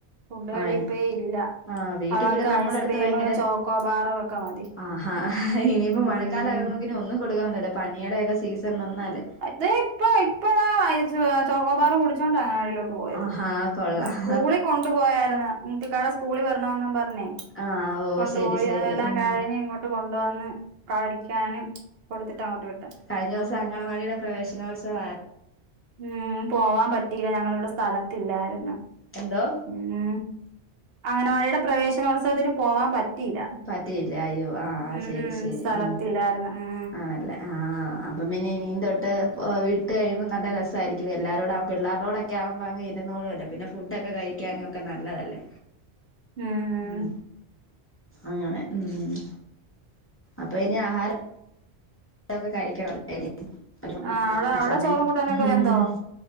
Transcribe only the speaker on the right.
ഫുഡ് കഴിപ്പേ
ഇല്ല
അവക്ക്
ഐസ്ക്രീം
ചോക്കോബാറും ഒക്കെ മതി
ഉം
തെ ഇപ്പ ഇപ്പളാ വായിച്ചുവാ ചോക്കോബാറ് കുടിച്ചോണ്ടാ അങ്ങാടിലോട്ട് പോയത്
സ്കൂളിൽ കൊണ്ടു പോയതായിരുന്നു <unintelligible> സ്കൂളി വരണോന്നും പറഞ്ഞേ
കൊണ്ട്
പോയി
അതെല്ലാം
കഴിഞ്ഞ് ഇങ്ങോട്ട് കൊണ്ടുവന്ന് കഴിക്കാനും കൊടുത്തിട്ട അങ്ങോട്ട് വിട്ടേ
മ് പോവാൻ പറ്റീല ഞങ്ങളിവിട സ്ഥലത്തില്ലായിരുന്ന്
മ് അംഗനവാടിയുടെ പ്രവേശനോത്സവത്തിന് പോവാൻ പറ്റ റ്റിലാ
ഉം
ഉം
സ്ഥലത്തില്ലായിരുന്
മ്
ഉം ഉം
ആ അവിടെ
അവിടെ
ചോറും കൂട്ടാനൊക്കെ വെന്തോ